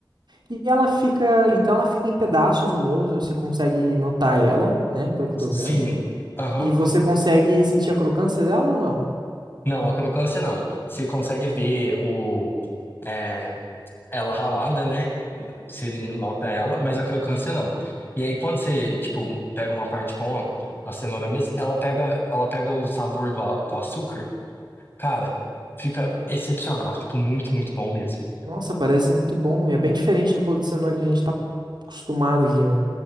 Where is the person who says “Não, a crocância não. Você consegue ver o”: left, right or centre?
Left